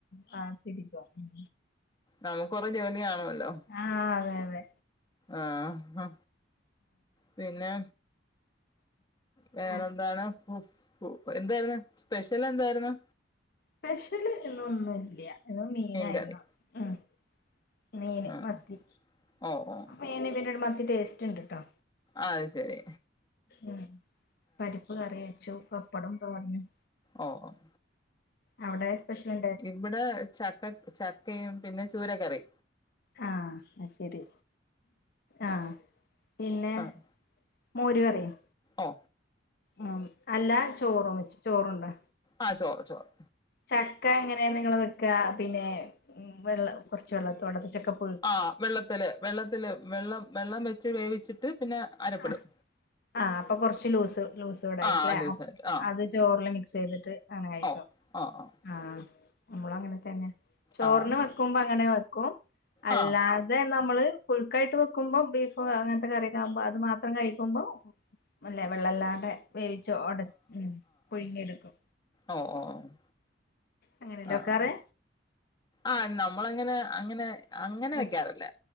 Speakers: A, on the left (about 55°); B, on the left (about 25°).
A: കാത്തിരിക്കും ഉം
B: നമുക്കൊറെ ജോലി കാണുല്ലോ
A: ആഹ് അതെയതെ
B: ആഹ് ഹാ പിന്നാ വേറെന്താണ്
A: ആഹ്
B: ഫു എന്തായിരുന്നു സ്പെഷ്യലന്തായിര്ന്ന്
A: സ്പെഷ്യല് ഇന്നൊന്നുല്ല ഇന്ന് മീനായിരുന്നു
B: മീൻകറി
A: ഉം മീന്
B: ആഹ്
A: മത്തി
B: ഓ ഓ
A: മീന് ഇന്നെട് മത്തി ടേസ്റ്റ് ഇണ്ട്ട്ടോ
B: അയ് ശെരി
A: ഉം പരിപ്പ് കറി വെച്ചു പപ്പടം തോരനും
B: ഓഹ് ഓഹ്
A: അവിടെ സ്പെഷ്യല്
B: ഇവിടെ ചക്കക്ക ചക്കയും പിന്നെ ചൂരകറി
A: ആഹ് അയ്ശെരി ആഹ് പിന്നെ
B: ആഹ്
A: മോര് കറിയും
B: ഓ
A: ഉം അല്ലാചോറും വെച്ച് ചോറുണ്ടോ
B: ആഹ് ചോറ് ചോറ്
A: ചക്ക എങ്ങനെ നിങ്ങള് വെക്കാ പിന്നെ ഉം വെള്ള കൊർച്ച് വെള്ളത്തോടെ ചക്കപു
B: ആഹ് വെള്ളത്തില് വെള്ളത്തില് വെള്ളം വെള്ളം വെച്ച് വേവിച്ചിട്ട് പിന്നെ അരപ്പെടും
A: ആഹ് ആ അപ്പൊ കൊറച്ച് ലൂസ് ലൂസൂടായിട്ടല്ലേ
B: ആ ലൂസായിട്ട് ആ
A: അ ചോറില് മിക്സയ്തിട്ട് അങ്ങന കഴിക്കും
B: ഓ ഓ ഓ
A: ആഹ് നമ്മളും അങ്ങനെ തന്നെ ചോറിന്
B: ആ
A: വെക്കുമ്പോ അങ്ങനെ വെക്കും അല്ലാ
B: ആ
A: തെ നമ്മള് പുഴുക്കായിട്ട് വെക്കുമ്പോ ബീഫ് അങ്ങനത്തെ കറിക്കാവുമ്പോ അത് മാത്രം കഴിക്കുമ്പോ നല്ലെ വെള്ളല്ലാണ്ടെ വേവിച്ചൊട ഉം പുഴുങ്ങിയെടുക്കും
B: ഓഹ് ഓഹ് ഓഹ്
A: അങ്ങനെയല്ലേ
B: ആഹ്
A: വെക്കാറ്
B: ആഹ് ആഹ് നമ്മളങ്ങനെ അങ്ങനെ അങ്ങനെ
A: ഉം
B: വെക്കാറില്ല